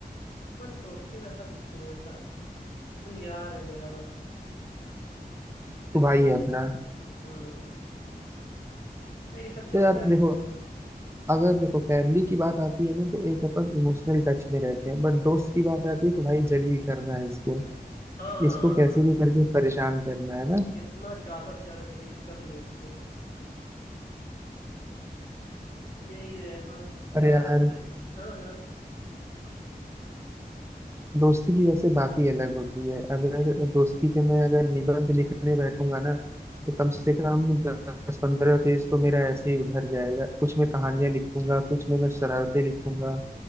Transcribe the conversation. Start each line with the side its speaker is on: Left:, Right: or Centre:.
Left: बट दोस्ती में ऐसा कुछ नहीं होता तू यार है मेरा बस ऐसा
Right: तो भाई
Left: चल
Right: है अपना
Left: हम्म तो ये सब चलता
Right: तो यार
Left: है
Right: देखो
Left: तो
Right: अगर देखो फैमिली की बात आती है ना तो एक अपन इमोशनल टच में रहते हैं बट दोस्त की बात आती है तो भाई जलील करना है इसको
Left: हाँ
Right: इसको कैसे भी करके परेशान करना है ना
Left: जितना ज्यादा से ज्यादा जलील कर लो इसको <laughs> यही है बस ज्यादा
Right: अरे यार
Left: से- हाँ हाँ
Right: दोस्ती की वैसे बात ही अलग होती है अगर दोस्ती पे मैं अगर निबंध लिखने बैठूंगा ना तो कम से कम दस पंद्रह पेज तो मेरा ऐसे ही भर जाएगा कुछ मैं कहानियां लिखूंगा कुछ में मैं शरारतें लिखूंगा